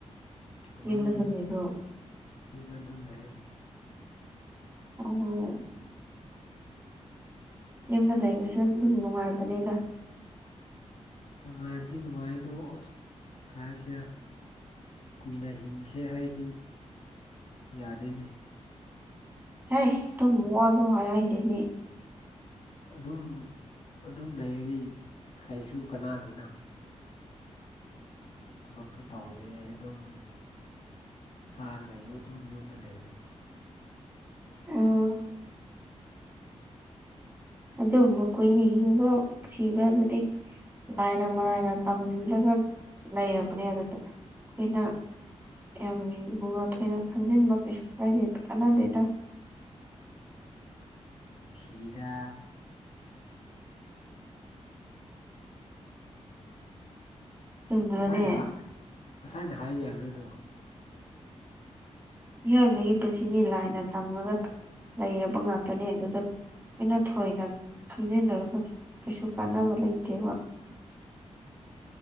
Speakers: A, on the left; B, on the right.
A: ꯑꯗꯨꯝ
B: ꯌꯨꯝꯗ ꯂꯩꯕ꯭ꯔꯣ
A: ꯌꯨꯝꯗ ꯑꯗꯨꯝ ꯂꯩ
B: ꯑꯣ ꯌꯨꯝꯗ ꯂꯩꯕꯁꯨ ꯑꯗꯨꯝ ꯅꯨꯡꯉꯥꯏꯕꯅꯦꯗ
A: ꯅꯨꯡꯉꯥꯏꯕꯗꯤ ꯅꯨꯡꯉꯥꯏ ꯑꯗꯣ ꯑꯁ ꯀꯩ ꯍꯥꯏꯁꯤꯔꯥ ꯀꯨꯏꯅ ꯍꯤꯡꯁꯦ ꯍꯥꯏꯔꯗꯤ ꯌꯥꯗꯦꯅꯤ
B: ꯍꯦ ꯑꯗꯨꯒꯨꯝꯕ ꯋ꯭ꯗꯣ ꯍꯥꯏꯍꯩꯗꯦꯅꯦ
A: ꯑꯗꯨꯝ ꯑꯗꯨꯝ ꯂꯩꯔꯗꯤ ꯀꯩꯁꯨ ꯀꯅꯥꯗꯦꯅ ꯊꯕꯛꯇꯣ ꯇꯧꯗꯦ ꯑꯗꯨꯝ ꯆꯥꯔꯒ ꯑꯗꯨꯝ ꯌꯨꯝꯗ ꯂꯩꯔꯦ
B: ꯎꯝ ꯑꯗꯨ ꯀꯨꯏꯅ ꯍꯤꯡꯕ ꯄꯨꯟꯁꯤꯕꯕꯨꯗꯤ ꯂꯥꯏꯅ ꯃꯔꯥꯏꯅ ꯇꯝꯂꯒ ꯂꯩꯔꯕꯅꯦ ꯑꯗꯨꯗ ꯑꯩꯈꯣꯏꯅ ꯌꯥꯝ ꯒ ꯊꯣꯏꯅ ꯈꯟꯖꯤꯟꯕ ꯀꯩꯁꯨ ꯀꯥꯏꯗ ꯀꯥꯟꯅꯗꯦꯗ
A: ꯐꯤꯗꯥ
B: ꯆꯨꯝꯗ꯭ꯔꯣꯅꯦ
A: ꯉꯁꯥꯏꯅ ꯉꯁꯥꯏꯅ ꯍꯥꯏꯕ ꯌꯥꯗ꯭ꯔꯗꯣ
B: ꯃꯤꯑꯣꯏꯕꯒꯤ ꯄꯨꯟꯁꯤꯅꯤ ꯂꯥꯏꯅ ꯇꯝꯂꯒ ꯂꯩꯔꯕ ꯉꯥꯛꯇꯅꯦ ꯑꯗꯨꯗ ꯑꯩꯈꯣꯏꯅ ꯊꯣꯏꯅ ꯈꯟꯖꯤꯟꯅꯔꯒ ꯀꯩꯁꯨ ꯀꯥꯟꯅꯕ ꯂꯩꯇꯦꯕ